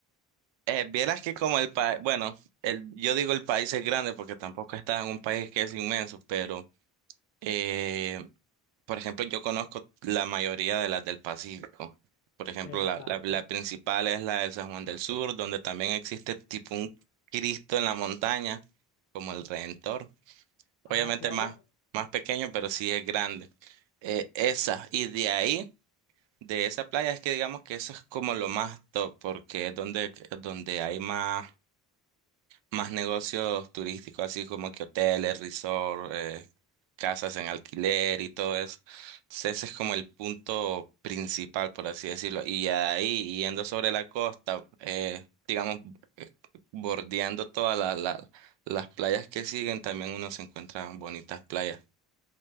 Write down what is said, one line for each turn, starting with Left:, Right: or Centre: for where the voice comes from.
Right: Eh, vieras que como el país, bueno, el, yo digo el país es grande porque tampoco está en un país que es inmenso, pero, eh, por ejemplo, yo conozco la mayoría de las del Pacífico. Por ejemplo,
Left: Exacto.
Right: la, la, la principal es la de San Juan del Sur, donde también existe tipo un Cristo en la montaña, como el Redentor. obviamente
Left: Ah, claro.
Right: más, más pequeño, pero sí es grande. Eh, esa, y de ahí, de esa playa, es que digamos que eso es como lo más top, porque es donde, donde hay más, más negocios turísticos, así como que hoteles, resort, eh, casas en alquiler y todo eso. Entonces ese es como el punto principal, por así decirlo. Y ya de ahí, yendo sobre la costa, eh, digamos, eh, bordeando todas la- la- las playas que siguen, también uno se encuentra bonitas playas.